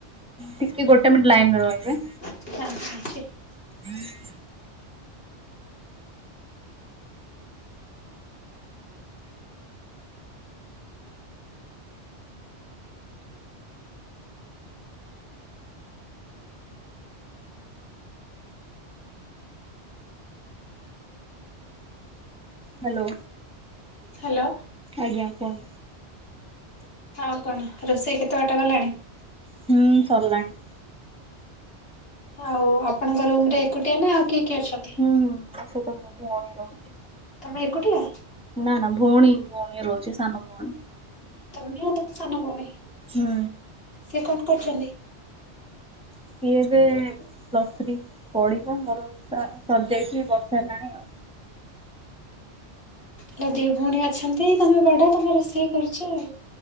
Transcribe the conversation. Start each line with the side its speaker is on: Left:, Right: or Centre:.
Centre: ଟିକେ ଗୋଟେ ମିନଟ ଲାଇନରେ ରହିବେ।
Left: <unintelligible>
Centre: <inaudible> ହ୍ୟାଲୋ।
Left: ହ୍ୟାଲୋ।
Centre: ଆଜ୍ଞା କୁହ?
Left: ଆଉ କଣ ରୋଷେଇ କେତେ ବାଟ ଗଲାଣି?
Centre: ହୁଁ ସରିଲାଣି।
Left: ହୋଉ ଆପଣଙ୍କ ରୁମ୍ ରେ ଏକୁଟିଆ ନା ଆଉ କିଏ କିଏ ଅଛନ୍ତି?
Centre: ହୁଁ ହୁଁ ସେ ତ ମୁ ଭଉଣୀ ରହୁଛି।
Left: ତମେ ଏକୁଟିଆ?
Centre: ନା ନା ଭଉଣୀ ଭଉଣୀ ରହୁଛି ସାନ ଭଉଣୀ।
Left: ତମେ ଆଉ ତମ ସାନ ଭୋଉଣୀ।
Centre: ହୁଁ।
Left: ସେ କଣ କରୁଛନ୍ତି?
Centre: ସିଏ ଏବେ ପ୍ଲସ ଥ୍ରି ପଢିବ ମୋର ସା ସରିଯାଇଛି ବର୍ଷେ ହେଲାଣି ଆଉ।
Left: ହେଲା ଦି ଭୋଉଣୀ ଅଛନ୍ତି ତମେ ବଡ଼ ତମେ ରୋଷେଇ କରୁଛ ଆଉ।